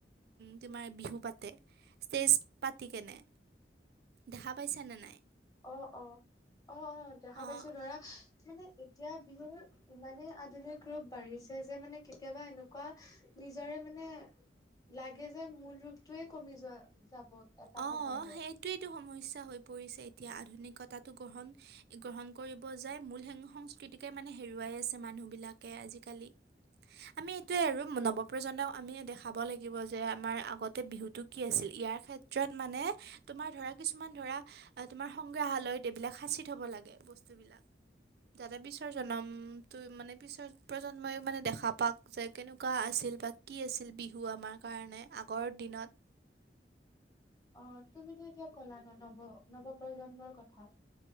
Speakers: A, on the right (about 60°); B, on the left (about 20°).
A: তোমাৰ বিহু পাতে ষ্টেজ পাতি কেনে। দেখা পাইছা নে নাই?
B: অ', অ', অ', অ' দেখা
A: অঁ
B: পাইছো ধৰা মানে এতিয়া বিহুৰ ইমানে আধুনিক ৰূপ বাঢ়িছে যে মানে কেতিয়াবা এনেকুৱা নিজৰে মানে লাগে যে মূল ৰূপটোৱে কমি যোৱা যাব এটা
A: অঁ
B: সময়লৈ।
A: সেইটোৱেইটো সমস্যা হৈ পৰিছে এতিয়া আধুনিকতো গ্ৰহণ-গ্ৰহণ কৰিব যায় মূল সে সংস্কৃতিকে মানে হেৰুৱাই আছে মানুহবিলাকে আজিকালি। আমি এইটোয়ে আৰু নৱপ্ৰজন্মক আমিয়ে দেখাব লাগিব যে আমাৰ আগত বিহুটো কি আছিল ইয়াৰ ক্ষেত্ৰত মানে তোমাৰ ধৰা কিছুমান ধৰা তোমাৰ সংগ্ৰাহালয়ত এইবিলাক সাঁচি থ'ব লাগে বস্তুবিলাক। যাতে পিছৰ জন্মটো মানে পিছৰ প্ৰজন্মইও মানে দেখা পাও যে কেনেকুৱা আছিল বা কি আছিল বিহু আমাৰ কাৰণে আগৰ দিনত।
B: অ' তুমিতো এতিয়া কলা ন নৱ-নৱ প্ৰজন্মৰ কথা